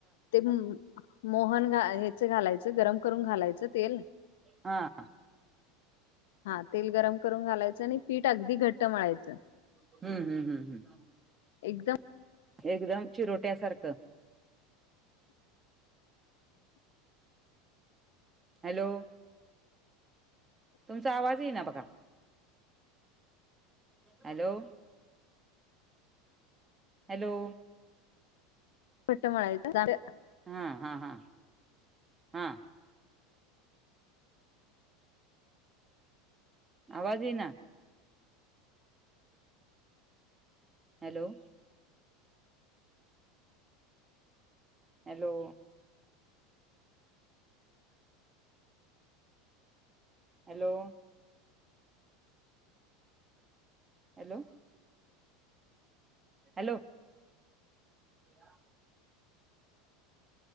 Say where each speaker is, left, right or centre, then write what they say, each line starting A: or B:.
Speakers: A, on the left; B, on the right.
A: ते मोहन घा ह्याच घालायचं गरम करून घालायचं तेल.
B: हा.
A: हा तेल गरम करून घालायचं आणि. फीट अगदी घट्ट म्हळायचं
B: हम्म हम्म हम्म हम्म
A: एकदम.
B: एकदम चिरोट्यासारखं. हॅलो तुमचा आवाज ये ना बघा. हॅलो. हॅलो.
A: पट म य.
B: हा हा हा हा. आवाज ये ना. Hello. Hello hello. Hello hello. ह.